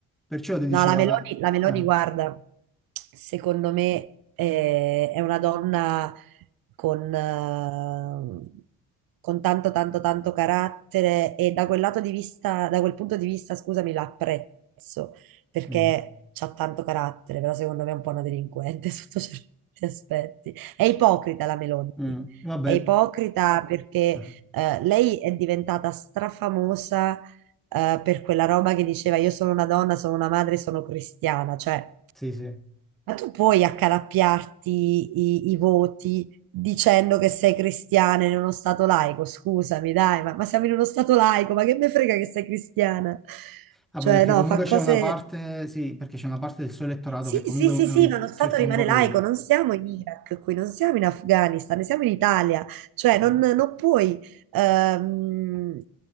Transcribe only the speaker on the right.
No, la Meloni,
la Meloni,
guarda, secondo me eh, è una donna con, eh, con tanto, tanto, tanto carattere e da quel lato di vista, da quel punto di vista, scusami, la apprezzo perché
c'ha tanto carattere, però secondo me è un po' una delinquente <laughs> sotto certi aspetti. È ipocrita la Meloni,
è ipocrita perché
eh, lei è diventata strafamosa eh, per quella roba che diceva io sono una donna, sono una madre, sono cristiana. Cioè,
ma tu puoi accalappiarti i, i voti dicendo che sei cristiana in uno stato laico? Scusami, dai, ma, ma siamo in uno stato laico, ma che me frega che sei cristiana?
Cioè,
no,
fa cose
sì,
sì, sì,
sì, ma lo Stato
rimane
laico,
non siamo in Iraq qui, non siamo in Afghanistan, ne siamo in Italia, cioè non,
non puoi, ehm,